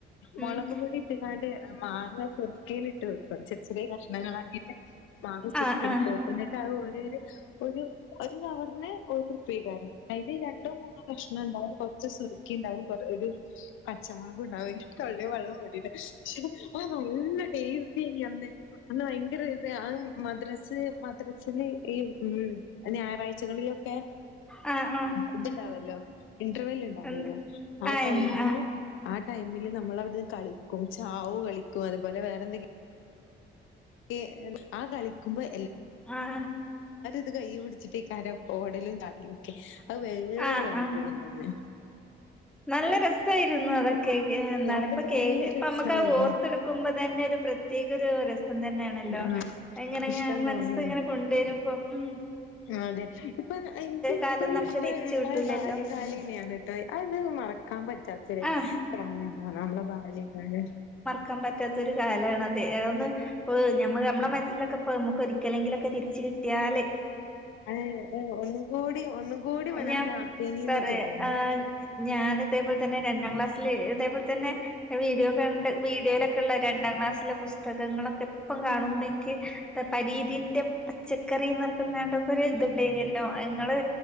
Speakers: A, in the centre; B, on the left.
A: ഉം
B: മൊളക് പൊടി ഇട്ട് ങ്ങാണ്ട് മാങ്ങ ചെറ് കീലിട്ട് വെക്കും ചെറ് ചെറിയ കഷ്ണങ്ങളാക്കീട്ട് മാങ്ങിച്ചിരി
A: ആഹ് ആഹ്
B: എന്നിട്ട് അത് ഒരീര് ഒരു ഒരു നവറിന് ഒരു റുപ്പിക്കാന്ന് അതില് രണ്ടോ മൂന്നോ കഷ്ണം ഇണ്ടാവും ഒ ച്ച് സുറുക്കി ഇണ്ടാവും കൊ ഒരു പച്ചമോളകും ഉണ്ടാവും <unintelligible> വെള്ളം പെടിയാണ് ആഹ് നല്ല ടേസ് മിനിഞ്ഞാന്ന് അന്ന് ഭയങ്കര ഇത് ആഹ് മദ്രസ്. ത് മദ്രസേല് ഈ ഉമ് ഞായറാഴ്ചകളിലൊക്കെ
A: ആഹ് ആഹ്
B: ഇത്ണ്ടാവോല്ലോ ഇൻട്രവെല്ല് ഇണ്ടാവോല്ലോ
A: എന്ത്
B: ആ
A: ആഹ്
B: ടൈമില്
A: ആഹ്
B: ആ ടൈമി ഇനി നമ്മൾ അവിട്ന്ന് കളിക്കും ചാവ് കളിക്കും അതുപോലെ വേറെന്തെങ്കിലും ഏഹ് ആ കളിക്കുമ്പേ
A: ആഹ്
B: അത് കൈ പിടിച്ചട്ട് ക്കാരം ഓടലും ണ്ടാ ഇന്ക് അത് വേറൊരു
A: ആഹ്
B: വൈബെനി
A: ആഹ്
B: ന്ന്
A: നല്ല രസായിരുന്നു അത് കേക്ക് എന്താണ്
B: അതൊക്കെ
A: ഇപ്പൊ കേക്ക്
B: നല്ല
A: ഇപ്പ
B: രസായിരുന്നു
A: അമ്മക്ക് ഓർത്തെടുക്കുമ്പോ തന്നെ ഒരു പ്രത്യേക ഒരു രസം തന്നെയാണല്ലോ
B: ആഹ്
A: ഇങ്ങനെ
B: ഇഷ്ടം
A: മനസ്സ്
B: തോന്നുന്നുണ്ട്
A: ഇങ്ങനെ കൊണ്ടരുമ്പോ ഉമ്
B: അതെ ഇപ്പൊ എനിക്ക് ഇപ്പോഴും
A: കാലം നമുക്ക്
B: ഇഷ്ടം
A: തിരിച്ചു കിട്ടൂലല്ലോ
B: ആഹ് ബാല്യകാലെനിന്ന് ട്ടോ അത് എന്താ മറ കാമ്പൻ പറ്റാത്തൊരു
A: ആഹ്
B: കാല നമ്മള ബല്ല്യ കാലം
A: കമ്പൻ പറ്റാത്തരു കാലാണ് അത് <unintelligible> നമ്മ നമ്മള മനസ്സിലൊക്കെ പം നമുക്ക് ഒരിക്കലെങ്കിലൊക്കെ തിരിച്ച് കിട്ടിയാൽ
B: അഹ് ഏഹ് ഒന്നും കൂടി ഒന്നും കൂടി മനോഹര
A: ഞാൻ
B: ആക്കേനി
A: പറയാ
B: ന്ന് തോന്നും
A: ആഹ് ഞാൻ ഇതേപോലെ തന്നെ രണ്ടാം ക്ലാസ്സില് അതേപോലെ തന്നെ വീഡിയോ കണ്ട് വീഡിയോയിലെ ക്ക്ള്ള രണ്ടാം ക്ലാസ്സിലെ പുസ്തകങ്ങളൊക്കെ ഇപ്പം കാണുമ്പം ഇൻക്ക് പരീതിന്റെ പച്ചക്കറിന്നർട്ട്ന്നാണ്ടൊക്കെ ഒര് ഇത്ണ്ടേന്യല്ലോ. അത് ങ്ങള്